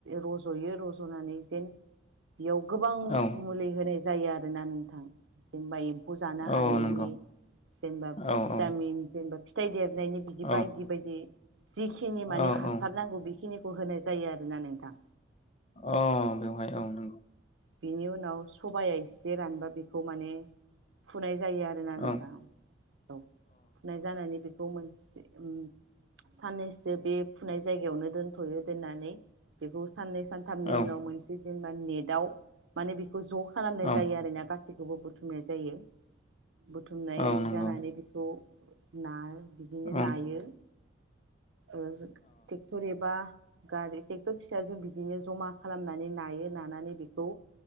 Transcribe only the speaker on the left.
औ
औ
नंगौ
औ
औ
औ
औ
औ
अ बेवहाय औ नंगौ।
औ
औ
औ
औ नंगौ
औ